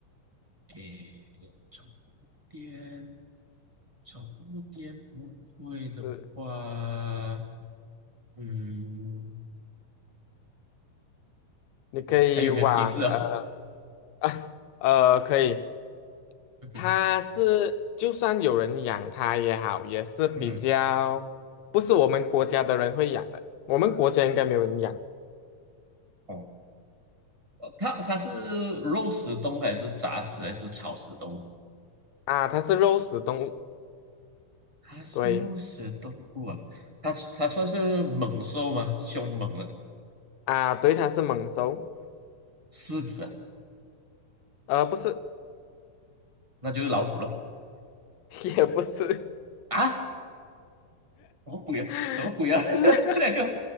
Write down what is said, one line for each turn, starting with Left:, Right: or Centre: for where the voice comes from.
Right: 诶，宠物店，宠物店不会的话，
Left: 是，
Right: 嗯，
Left: 你可以往呃
Right: 哇，还有没有提示啊？<laughs>
Left: 啊呃，可以。
Right: 嗯哼，
Left: 它是就算有人养它也好，也是比较不是我们国家的人会养的。
Right: 嗯哼，
Left: 我们国家应该没有人养
Right: 哦，呃它它是肉食动物还是杂食还是草食动物？
Left: 啊。它是肉食动物，
Right: 它是肉食动物啊，
Left: 对
Right: 它它算是猛兽吗？凶猛的
Left: 啊，对，它是猛兽，
Right: 狮子啊，
Left: 呃，不是，
Right: 那就是老虎了
Left: <laughs> 也不是，
Right: 啊！什么鬼啊？
Left: <laughs>
Right: 什么鬼啊？<laughs> 这两个